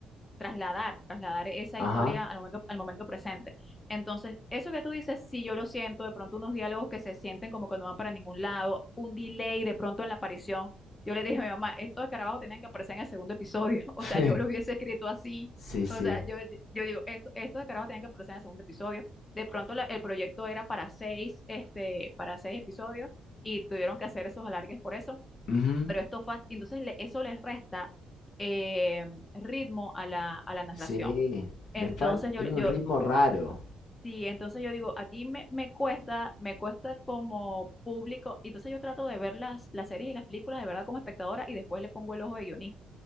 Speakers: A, on the left; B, on the left.
A: trasladar, trasladar esa
B: Ajá.
A: historia al momento, al momento presente. Entonces, eso que tú dices, sí, yo lo siento, de pronto unos diálogos que se sienten como que no van para ningún lado, un delay de pronto en la aparición. Yo le dije a mi mamá, estos escarabajos tenían que aparecer en el segundo episodio, <laughs> o
B: <laughs>
A: sea, yo lo hubiese escrito así,
B: Sí, sí.
A: o sea, yo, yo digo, esto, estos escarabajos tenían que aparecer en el segundo episodio. De pronto la- el proyecto era para seis, este, para seis episodios y tuvieron que hacer esos alargues por eso
B: Ujú,
A: pero esto fa- entonces le- eso les resta eh, ritmo a la, a la narración.
B: Sí.
A: Entonces
B: Le fal-
A: yo,
B: Tiene
A: yo,
B: un ritmo raro,
A: sí, entonces yo digo, aquí me, me cuesta, me cuesta como público, entonces yo trato de ver las, las series y las películas de verdad como espectadora y después le pongo el ojo de guionista.